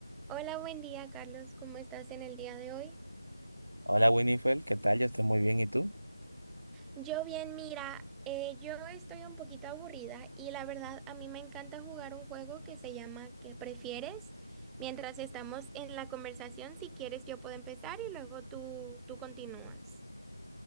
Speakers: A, in the centre; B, on the right.
A: Hola, buen día, Carlos. ¿Cómo estás en el día de hoy?
B: Hola Winifred, ¿qué tal? Yo estoy muy bien, ¿y tú?
A: Yo bien, mira, eh, yo estoy un poquito aburrida y la verdad a mí me encanta jugar un juego que se llama ¿Qué prefieres? Mientras estamos en la conversación, si quieres yo puedo empezar y luego tú, tú continúas.